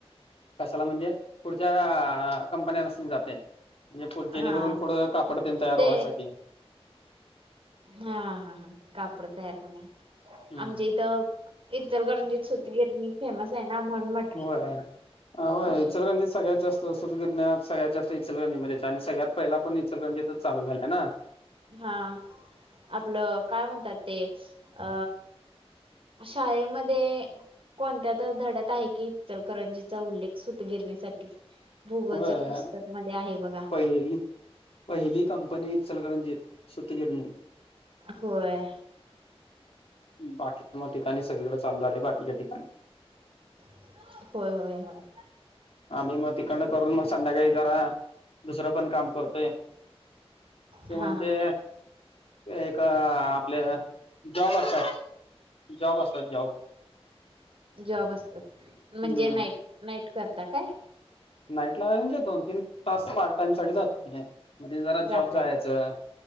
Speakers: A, on the left; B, on the right.
A: कशाला म्हणजे? पुढच्या कंपन्यास्नी जाते. म्हणजे पु, जेणेकरून
B: हा
A: पुढे कापड तेन तयार
B: ते
A: व्हायसाठी.
B: हा हा हा कापड तयार करणे,
A: हम्म
B: आमच्या इथं इचलकरंजीत सुतगिरणी फेमस आहे ना म्हणून म्हटलं.
A: होय आवय
B: हम्म
A: इचलकरंजीत सगळ्यात जास्त तो सुतगिरण्या सगळ्यात जास्त इचलकरंजी मध्ये आणि सगळ्यात पहिला पण इचलकरंजीतच चालू झाल्या ना.
B: हा आपलं काय म्हणतात ते अ शाळेमध्ये कोणत्या तर धड्यात आहे की इचलकरंजीचा उल्लेख सुतगिरणीसाठी. भूगोलच्या
A: होय
B: पुस्तक मध्ये आहे बघा.
A: पहिली पहिली कंपनी इचलकरंजीत सूतगिरणी. <inaudible>
B: होय
A: बाकीच्या ठिकाणी सगळीकडें चालू झाले आहे बाकीच्या ठिकाणी.
B: <inaudible> होय होय होय.
A: आम्ही मग तिकंड करून मग संध्याकाळी जरा दुसरं पण काम करतोय. <inaudible> ते
B: हा
A: म्हणजे
B: हा हा
A: एक आपले जॉब असतात. जॉब असतात जॉब
B: जॉब असतात, म्हणजे
A: हम्म
B: नाईट-नाईट करता काय?
A: नाईट ला म्हणजे दोन-तीन तास पार्ट टाइम साठी जातोे म्हणजे. मध्ये जरा
B: जातय
A: जॉब जायचं,